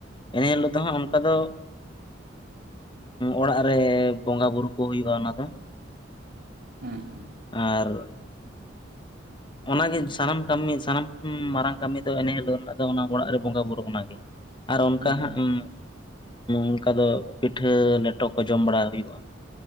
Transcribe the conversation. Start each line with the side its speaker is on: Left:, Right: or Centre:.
Left: ᱮᱱᱮ
Right: ᱦᱩᱸ
Left: ᱦᱤᱞᱳᱜ ᱫᱚ ᱦᱟᱜ ᱟᱫᱚ ᱚᱲᱟᱜ ᱨᱮ ᱵᱚᱸᱜᱟ ᱵᱩᱨᱩ ᱠᱚ ᱦᱩᱭᱩᱜ-ᱟ ᱚᱱᱟ ᱫᱚ
Right: ᱦᱩᱸ ᱦᱩᱸ
Left: ᱟᱨ ᱚᱱᱟᱜᱮ ᱥᱟᱱᱟᱢ ᱠᱟᱹᱢᱤ ᱥᱟᱱᱟᱢ ᱢᱟᱨᱟᱝ ᱠᱟᱹᱢᱤ ᱫᱚ ᱮᱱᱮᱦᱤᱞᱳᱜ ᱨᱮᱱᱟᱜ ᱫᱚ ᱚᱱᱟ ᱚᱲᱟᱜ ᱨᱮ ᱵᱚᱸᱜᱟ ᱵᱩᱨᱩ ᱚᱱᱟᱜᱮ ᱟᱨ ᱚᱱᱠᱟ
Right: ᱦᱩᱸ
Left: ᱦᱟᱸᱜ ᱚᱱᱠᱟ ᱫᱚ ᱯᱤᱴᱷᱟᱹ ᱞᱮᱴᱚ ᱠᱚ ᱡᱚᱢ ᱵᱟᱲᱟ ᱦᱩᱭᱩᱜ-ᱟ